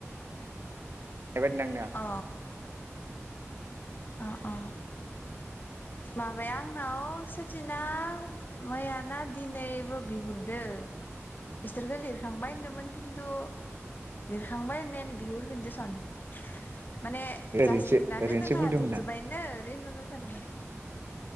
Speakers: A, on the right (about 55°); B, on the left (about 40°).
A: बेबायदि नांदों।
B: अ अ अ। माबाया आंनाव। सचिना मैयाना दिनैबो बिहरदो। इसोरखौ लिरखांबाय होनदोंमोन खिन्थु लिरखांबाइ होननायानो बिहरफिन्दों स माने
A: ओरैनोसो
B: जासिगोनानो
A: ओरैनोसो
B: जोंहा
A: बुंदोंमोन
B: जोबजोब्बायनो।
A: आं
B: दे होनहरबाय थादोंमोन।